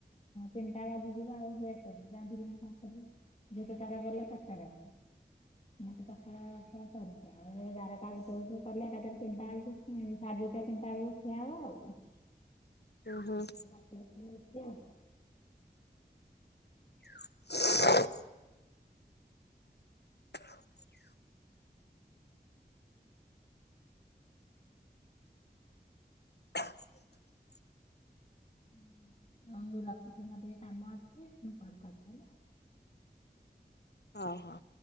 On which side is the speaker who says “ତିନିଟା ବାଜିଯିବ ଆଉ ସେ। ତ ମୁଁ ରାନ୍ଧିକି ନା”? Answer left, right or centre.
Left